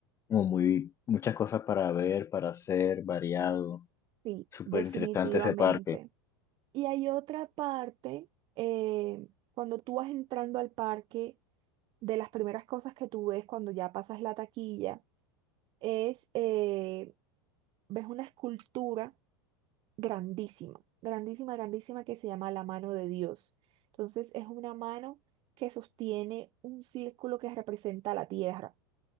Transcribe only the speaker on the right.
Sí,
definitivamente.
Y hay otra parte, eh, cuando tú vas entrando al parque, de las primeras cosas que tú ves cuando ya pasas la taquilla es, eh, ves una escultura grandísima, grandísima, grandísima que se llama la mano de Dios. Entonces es una mano que sostiene un círculo que representa la tierra.